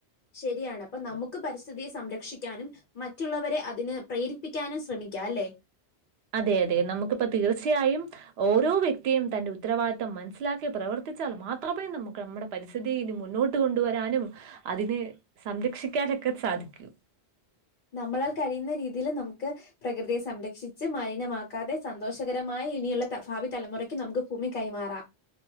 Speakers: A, on the left; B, on the right.
A: ശരിയാണ് അപ്പൊ നമുക്ക് പരിസ്ഥിതിയെ സംരക്ഷിക്കാനും മറ്റുള്ളവരെയതിനുപ്രേരിപ്പിക്കാനും ശ്രമിക്കാമല്ലേ
B: അതെയതെ, നമുക്കിപ്പംതീർച്ചയായും ഓരോവ്യക്തിയും തന്റെ ഉത്തരവാദിത്വം മനസ്സിലാക്കി പ്രവർത്തിച്ചാൽമാത്രമേ നമുക്കുനമ്മുടെ പരിസ്ഥിതി ഇനി മുന്നോട്ട് കൊണ്ടുവരാനും അതിനെ സംരക്ഷിക്കാനൊക്കെ സാധിക്കും
A: നമ്മളാൽക്കഴിയുന്ന രീതിയിൽ നമുക്ക്.. പ്രകൃതിയെസംരക്ഷിച്ചു മലിനമാക്കാതെ സന്തോഷകരമായിനിയുള്ള ഭാവിതലമുറയ്ക്കു നമുക്കുഭൂമി കൈമാറാം.